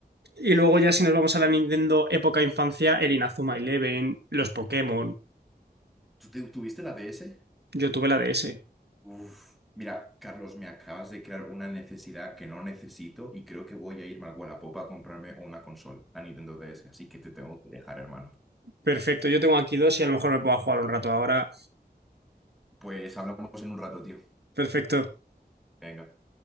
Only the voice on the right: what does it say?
Y
luego
ya si nos vamos a la Nintendo época infancia, el Inazuma Eleven, los Pokémon.
Yo tuve la DS.
Perfecto, yo tengo aquí dos y a lo mejor me puedo jugar un rato ahora.
Perfecto.